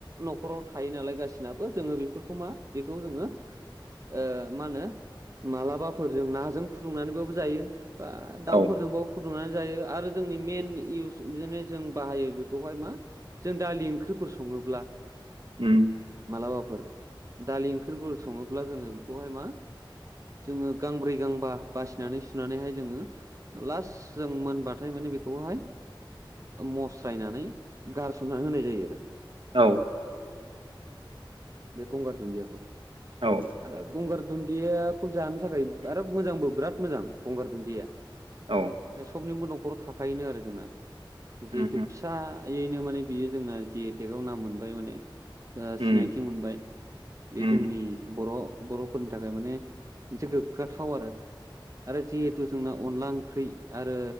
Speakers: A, on the right; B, on the right.
A: न'खराव थायो नालाय गासिनाबो जोङो बेफोरखौ मा बेखौ जोङो। ओ मा होनो मालाबाफोर जों नाजों फुदुंनानैबाबो जायो। बा
B: औ
A: दाउफोरजोंबाबो फुदुंनानै जायो। आरो जोंनि मैइन इउस बिदिनो जों बाहायो बेखौहाय मा। जों दालि ओंख्रिफोर सङोब्ला।
B: उम।
A: मालाबाफोर दालि ओंख्रिफोर सङोब्ला जोङो बेखौहाय मा। जोङो गांब्रै गांबा बासिनानै सुनानैहाय जोङो लास्ट जों मोनबा हाथाय माने बेखौहाय मस्रायनानै गारसननानै होनाय जायो आरो
B: औ
A: बेखुमगार तजयाख
B: औ
A: आरो गंगार दुन्दियाखौ जानो थाखाय आरो मोजांबो बिराद मोजां गंगार दुन्दिया
B: औ
A: सबनिबो न'खराव थाखायोनो आरो जोंना
B: उम
A: जिहेथु फिसा ैनो माने बियो जोंना जे एटेक आआव नाम मोनबाय माने
B: उम
A: सिनायथि मोनबाय बे
B: उम
A: जोंनि बर' बर'फोरनि थाखाय माने मोनसे गोग्गाथाव आरो आरो जिहेतु जोंना अनला ओंख्रि आरो